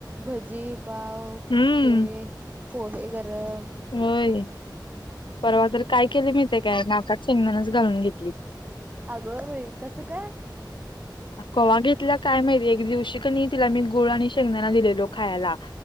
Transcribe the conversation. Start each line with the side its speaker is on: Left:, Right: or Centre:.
Right: भजी पाव
Left: हम्म
Right: हे पोहे ग रम.
Left: होय परवा तर काय केली माहिते काय नाकात शेंगदाणच घालून घेतली.
Right: अगो बाई! कसं काय?
Left: कवा घेतल्या काय माहिती एक दिवशी क नाय तिला मी गूळ आणि शेंगदाना दिलेलो खायाला.